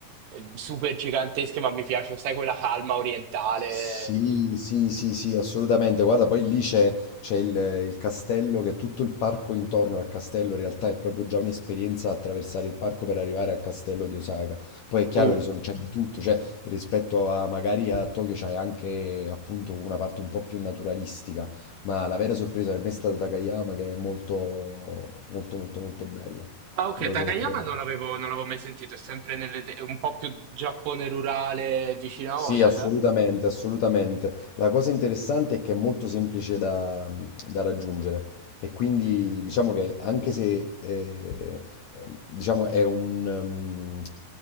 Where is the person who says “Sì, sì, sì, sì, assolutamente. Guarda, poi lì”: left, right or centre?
Left